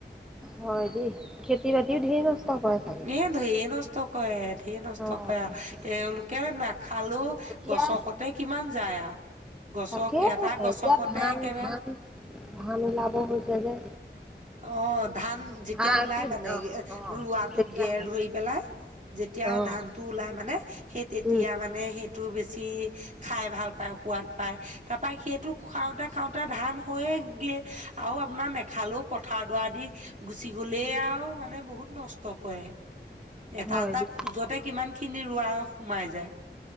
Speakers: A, in the centre; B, on the right.
A: হয় দেই খেতি বাতি ধেই নষ্ট কৰে চাগে?
B: এ ঢেৰ নষ্ট কৰে ঢেৰ নষ্ট
A: অ',
B: কৰে আৰু তেওঁলোকে নাখালো।
A: এতিয়া
B: গছকতে কিমান যায় আৰু গছক
A: তাকে
B: এটা গছকতে
A: এতিয়া ধান
B: একেবাৰে
A: ধান ধান উলাব হৈছে যে।
B: অ ধান
A: ধান
B: যেতিয়া ওলাই
A: কি
B: মানে
A: অ', অ'।
B: ৰোৱাটো
A: তেতিয়া
B: গেৰ
A: হয়,
B: ধৰি পেলাই যে- তেতিয়া
A: অ',
B: ধান টো ওলাই মানে সেই তেতিয়া
A: উম,
B: মানে সে- টো বেছি খাই ভাল পায় সোৱাদ পায় তাৰপা সেইটো খাওঁতে খাওঁতে ধান হৈয়ে এক গিয়ে আও আপোনাৰ নেখালো পথাৰ দোৱা দি গুচি গ'লে আও মানে বহুত নষ্ট কৰে। এটা
A: হয়
B: এটা
A: দেই,
B: খোজতে কিমান খিনি ৰোৱা সোমাই যায়।